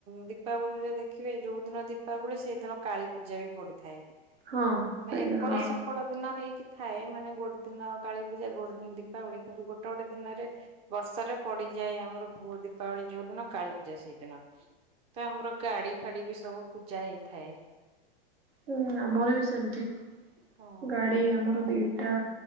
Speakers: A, on the right; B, on the right.
A: ଦୀପାବଳିରେ ଦେଖିବି ଯୋଉ ଦିନ ଦୀପାବଳି ସେଇଦିନ କାଳୀପୂଜା ବି ପଡିଥାଏ।
B: ହଁ
A: ମାନ
B: ସେଇ
A: ଏପଟ
B: ହଁ
A: ସେପଟ ଦିନ ହେଇକି ଥାଏ ମାନେ ଗୋଟେ ଦିନ କାଳୀପୂଜା ଗୋଟେ ଦିନ ଦୀପାବଳି କିନ୍ତୁ ଗୋଟେ ଗୋଟେ ଦିନରେ ବର୍ଷରେ ପଡିଯାଏ ଆମର ଭୁ ଦୀପାବଳି ଯୋଉ ଦିନ କାଳୀ ପୂଜା ସେଇଦିନ। ତ ଆମର ଗାଡି ଫାଡି ବି ସବୁ ପୂଜା ହେଇଥାଏ
B: ହୁଁ ଆମର ବି ସେମିତି
A: ହଁ
B: ଗାଡି ଆମର ଦିଇଟା